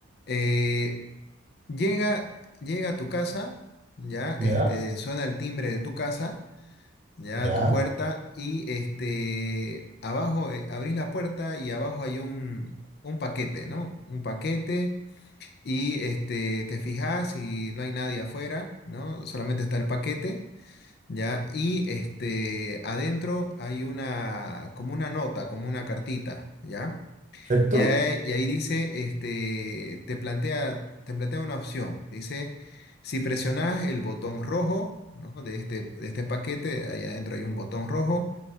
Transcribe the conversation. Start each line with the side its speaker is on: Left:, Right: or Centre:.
Left: eh, llega, llega a tu casa, ya,
Right: Ya,
Left: este, suena el timbre de tu casa ya
Right: ya,
Left: tu puerta y este abajo eh, abrís la puerta y abajo hay un, un paquete, ¿no? Un paquete y este te fijas y no hay nadie afuera, ¿no? Solamente está el paquete, ¿ya? Y este adentro hay una como una nota, como una cartita, ¿ya?
Right: perfecto.
Left: Y ahí, y ahí dice, este, te plantea, te plantea una opción. Dice, si presionas el botón rojo, ¿no? De este, de este paquete, ahí adentro hay un botón rojo.